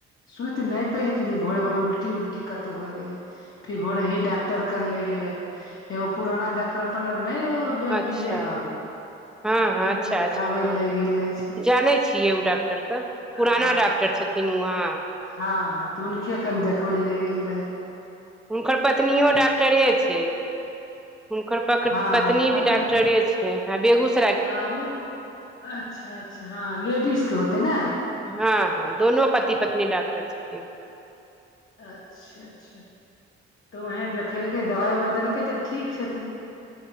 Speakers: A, on the left; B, in the centre.
A: सुति नहि पलखिन जे भोरे भोर उल्टी उल्टी कतहु होइ गेलै फिर भोरे ही डॉक्टर कन ले गेले एगो पुराना डॉक्टर अप नहि रहे एगो
B: अच्छा
A: विजय बाबू <inaudible>
B: हँ हँ अच्छा
A: कन देखाबै
B: अच्छा हँ
A: लए ले गेल रहे छै
B: जानै छियै ओ डॉक्टर के पुराना
A: हँ
B: डॉक्टर छथिन किनुआ
A: हँ ह तऽ हुनके कनि देखबै ले गेल रहय
B: हुनकर पत्नियो डॉक्टरे छै हुनकर प
A: हँ
B: पत्नी
A: पता
B: भी डॉक्टरे
A: नहि
B: छै हँ बेगुसराय
A: हँ उ अच्छा अच्छा हँ लेडीज के होतै ने
B: हँ हँ दोनो पति पत्नी डाॅक्टर छथिन
A: अच्छा अच्छा तऽ उहें देखेलकै दवाई उवाई देलकै तऽ ठीक छथिन